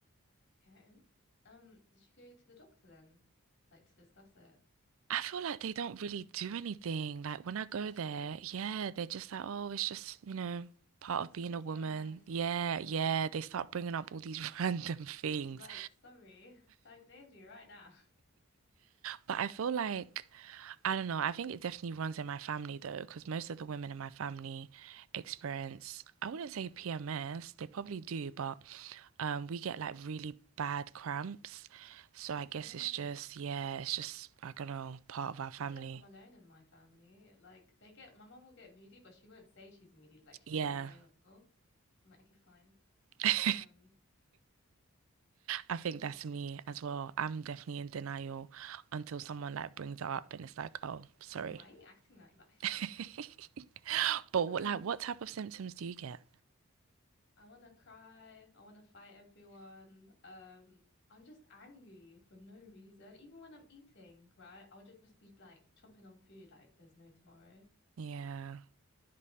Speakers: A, on the left; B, on the right.
A: Okay. Um, did you go to the doctor then? Like to discuss it?
B: I feel like they don't really do anything. Like when I go
A: That's
B: there,
A: true.
B: yeah, they're just like, oh, it's just, you know, part
A: It's
B: of being
A: PCOS.
B: a woman. Yeah,
A: Yeah.
B: yeah. They start bringing up all these <laughs> random things.
A: Like, sorry. <laughs> Diagnose me right now.
B: But I feel like I don't know. I think it definitely runs in my family though, because most of the women in my family experience, I wouldn't say PMS, they probably do, but um, we get like really bad cramps. So I
A: <laughs> Is
B: guess
A: it?
B: it's just, yeah, it's just, I don't know, part of our family.
A: I feel like I'm alone in my family. Like they get my mum will get moody, but she won't say she's moody. Like she's
B: Yeah.
A: in denial. I'm like, okay, fine.
B: <laughs>
A: Um,
B: I think
A: you
B: that's
A: know,
B: me as well. I'm definitely in denial until someone like brings it up and it's like, oh, sorry.
A: why are you acting like that?
B: <laughs>
A: <laughs>
B: But what,
A: Um,
B: like, what type of symptoms do you get?
A: I wanna cry. I wanna fight everyone. Um, I'm just angry for no reason. Even when I'm eating, right? I'll ju- just be like chomping on food, like there's no tomorrow.
B: Yeah.